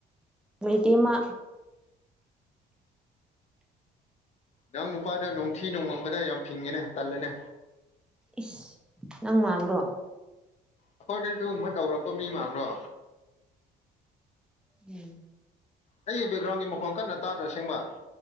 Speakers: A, in the centre; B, on the left.
A: ꯇꯃ
B: ꯅꯪ ꯅꯨꯄꯥꯗꯣ ꯅꯣꯡꯊꯤ ꯅꯣꯡꯃꯕꯗ ꯌꯥꯝ ꯐꯤꯡꯉꯦꯅꯦ ꯇꯜꯂꯦꯅꯦ
A: ꯏꯁ ꯅꯪ ꯃꯥꯟꯕꯣ
B: ꯑꯩꯈꯣꯏꯗꯤ ꯑꯗꯨꯨꯝꯕ ꯇꯧꯔꯛꯄ ꯃꯤ ꯃꯥꯟꯕ꯭ꯔꯣ
A: ꯎꯝ
B: ꯑꯩꯒꯤ ꯕꯦꯛꯒ꯭ꯔꯥꯎꯟꯒꯤ ꯃꯈꯣꯡꯣꯟ ꯀꯟꯅ ꯇꯥꯗ꯭ꯔꯣ ꯁꯦꯡꯕ